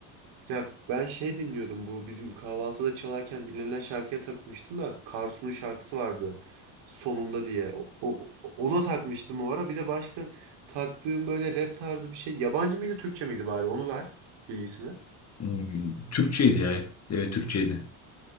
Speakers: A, on the right (about 65°); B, on the left (about 35°).
A: Ya ben şey dinliyordum bu bizim kahvaltıda çalarken dinlenen şarkıya takmıştım da Karsu'nun şarkısı vardı sonunda diye. O, o- ona takmıştım o ara. Bir de başka taktığım böyle rap tarzı bir şey. Yabancı mıydı Türkçe miydi bari onu ver bilgisini.
B: Hmm, Türkçeydi ya. Evet Türkçeydi.